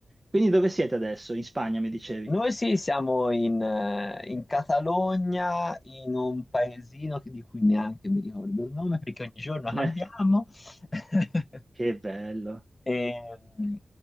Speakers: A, on the right; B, on the left.
A: Quindi dove siete adesso? In Spagna, mi dicevi?
B: Noi
A: <laughs>
B: sì, siamo in, eh, in Catalogna, in un paesino che- di cui neanche mi ricordo il nome perché ogni giorno
A: Eh,
B: cambiamo. <laughs>
A: che bello.
B: E, mm,